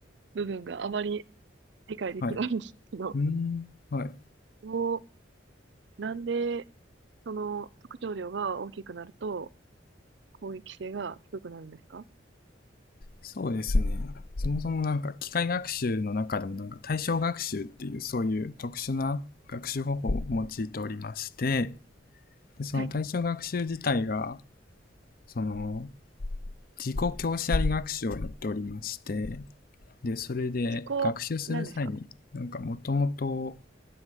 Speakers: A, on the right; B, on the left.
A: 部分があまり理解できないんですけど、
B: はい。うーん。はい。
A: <laughs> もう、なんで、その特徴量が大きくなると攻撃性が低くなるんですか
B: そうですね。そもそもなんか機械学習の中でもなんか対象学習っていうそういう特殊な学習方法を用いておりまして、でその対象学習自体が、
A: はい。
B: その自己教師あり学習をやっておりまして、で、それで学習する際になんかもともと
A: 自己、なんですか